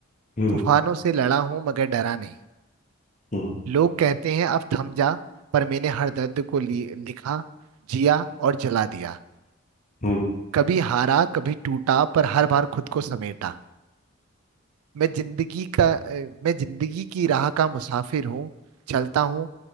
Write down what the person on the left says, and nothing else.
हम्म
हम्म
हम्म,